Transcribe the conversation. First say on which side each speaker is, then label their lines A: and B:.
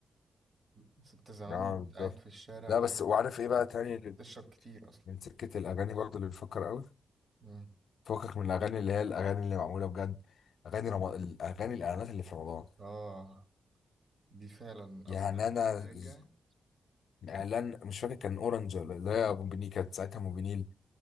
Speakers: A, on the right; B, on the left.
A: بس انت زمان
B: اه بالظبط
A: قاعد في الشارع
B: لا
A: وقاعد
B: بس وعارف ايه بقى تاني اللي
A: تشرب كتير اصلا
B: من سكة الاغاني برضه اللي بفكر قوي
A: مم.
B: فكك من الاغاني اللي هي الاغاني اللي معموله بجد اغاني رم... الاغاني الاعلانات اللي في رمضان
A: اه دي فعلا
B: يعني
A: اكتر
B: انا
A: حاجه
B: ز- اعلان مش فاكر كان اورنج ولا اللي هي موبينيل كانت ساعتها موبينيل